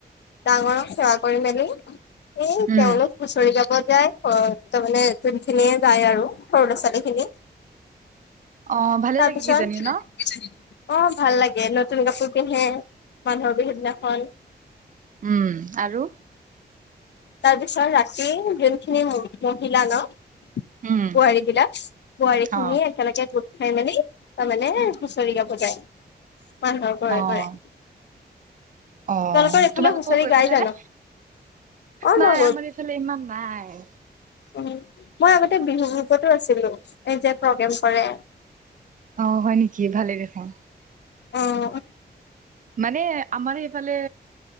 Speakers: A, on the left (about 80°); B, on the right (about 50°).
A: ডাঙৰক সেৱা কৰি মেলি সেই
B: উম,
A: তেওঁলোক হুঁচৰি গাব। যাই তাৰমানে যোনখিনিয়ে যায় আৰু সৰু ল'ৰা ছোৱালী খিনি।
B: অ', ভালে
A: তাৰপিছত
B: লাগে কিজানি ন?
A: অ' ভাল লাগে। নতুন কাপোৰ পিন্ধে মানুহৰ বিহু দিনাখন।
B: উম আৰু
A: তাৰপিছত ৰাতি যোনখিনি মহিলা ন বোৱাৰী
B: উম,
A: বিলাক বোৱাৰীখিনিয়ে
B: অ',
A: একেলগে। খাই মেলি তাৰমানে হুঁচৰি গাব যায়। মানুহৰ ঘৰে
B: অ',
A: ঘৰে
B: অ'
A: তোমালোকৰ এইফালে
B: তোমালোকো
A: হুঁচৰি
B: গৈ
A: গাই
B: পাইছা
A: জানো
B: নে?
A: অ
B: নাই
A: মই
B: আমাৰ এইফালে ইমান নাই।
A: উ মই আগতে বিহু গ্ৰুপতো আছিলো এই যে প্ৰগ্ৰেম কৰে।
B: অ' হয় নেকি ভালেই দেখোন।
A: অঁ।
B: মানে আমাৰ সেইফালে